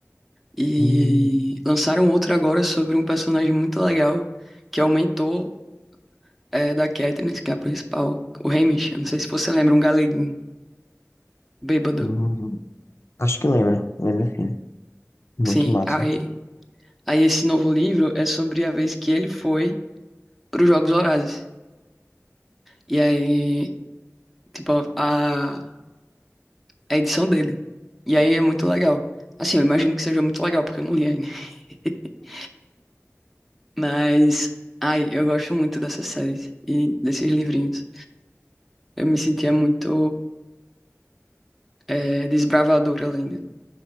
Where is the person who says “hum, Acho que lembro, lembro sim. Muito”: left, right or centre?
Left